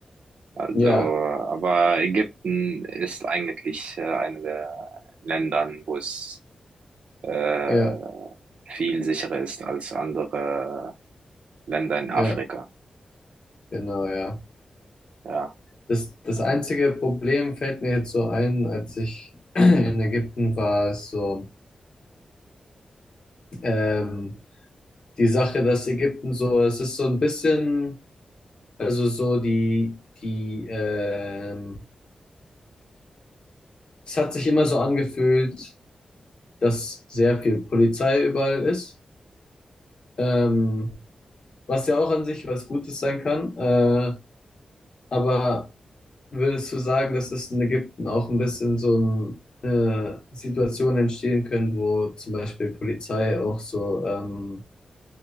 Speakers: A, on the right; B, on the left.
A: Also,
B: Ja,
A: aber Ägypten ist eigentlich äh, eine der Ländern, wo es äh,
B: ja,
A: viel sicherer ist als andere Länder in Afrika.
B: ja, genau, ja.
A: Ja.
B: Das, das einzige Problem fällt mir jetzt so ein, als ich <clears throat> in Ägypten war, ist so, ähm, die Sache, dass Ägypten so, es ist so ein bisschen, also so die, die, ähm, es hat sich immer so angefühlt, dass sehr viel Polizei überall ist, ähm, was ja auch an sich was Gutes sein kann, äh, aber Würdest du sagen, dass es in Ägypten auch ein bisschen so ein, äh, Situationen entstehen können, wo zum Beispiel Polizei auch so ähm,